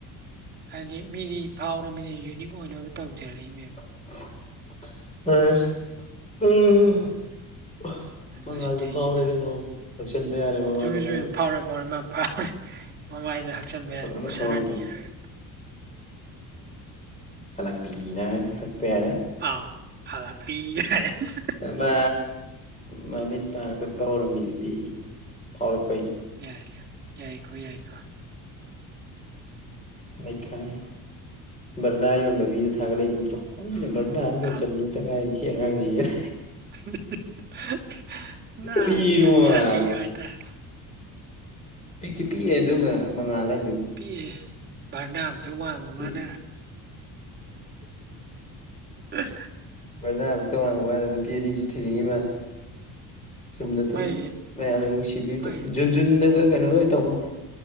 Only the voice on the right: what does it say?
ꯍꯥꯏꯗꯤ ꯃꯤꯗꯤ ꯐꯥꯎꯔꯝꯅꯤꯅ ꯌꯨꯅꯤꯛ ꯑꯣꯏꯅꯕ ꯇꯧꯖꯔꯤꯝꯅꯦꯕ
<inaudible>
ꯃꯁꯤꯗꯩꯖꯤꯗ
<unintelligible>
ꯃꯥ ꯐꯥꯎꯔꯦ ꯃꯃꯥꯏꯗ ꯍꯛꯆꯟꯕ ꯌꯥꯔꯦ
ꯎꯁꯥꯔꯥꯅꯤ
ꯍꯥꯏꯔꯒ
ꯑꯥꯎ ꯍꯜꯂꯛꯄꯤ <unintelligible>
ꯌꯥꯏꯒ ꯌꯥꯏꯀꯣ ꯌꯥꯏꯀꯣ
ꯑꯥ
<unintelligible> ꯅ
ꯍꯧꯖꯤꯛꯀꯥꯟꯁꯤ
ꯁꯥꯊꯤꯕ ꯍꯥꯏꯇꯥꯔꯦ
ꯄꯤꯛꯑꯦ ꯕꯔꯅ ꯃꯨꯛꯇꯪ ꯋꯥꯡ
ꯃꯥꯅ <unintelligible>
ꯃꯥꯏꯁꯦ
ꯍꯣꯏ